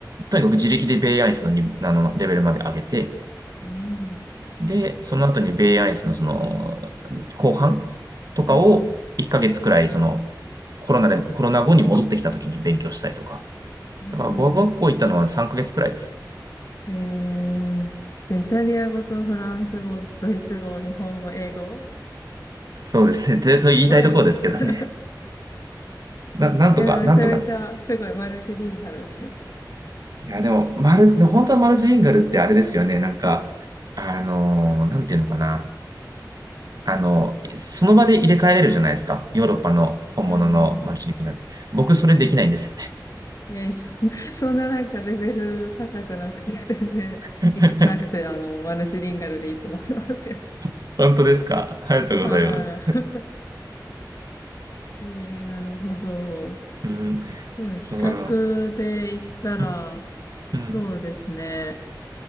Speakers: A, on the right; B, on the left.
A: とにかく自力でベイアインスのにあのレベルまで上げて、
B: うん、
A: で、その後にベイアイスのその、後半とかを1ヶ月くらい、
B: うん、うん、
A: その、コロナで、コロナ後に戻ってきた時に勉強したりとか。
B: うん、
A: だから語学学校行ったのは3ヶ月くらいですね。
B: うん。えー、じゃあ、イタリア語とフランス語、ドイツ語、日本語、英語
A: そうですね。<laughs> でと言いたいところですけどね。
B: すごいですね。<laughs>
A: な、なんとか、
B: いや、でもめちゃめちゃ、
A: なんとかって感じです。
B: すごいマルチリンガルですね。
A: いや、でも、マル、本当はマルチリンガルってあれですよね。なんか、あのーなんていうのかな。あの、その場で入れ替えれるじゃないですか。ヨーロッパの本物のマルチリンガルって。
B: うん。
A: 僕、それできないんですよ
B: いやいや、<laughs> そんななんかレベル高くなくて、<laughs> 全然い、
A: ね。
B: なくて、あの、マルチリンガルでいいと思いますよ。
A: <laughs> 本当ですか。ありがとうございます。
B: はい。<laughs> えー、なるほど。
A: うん。
B: そうね、比較で言ったら、
A: だから、うん、うん、
B: そうですね。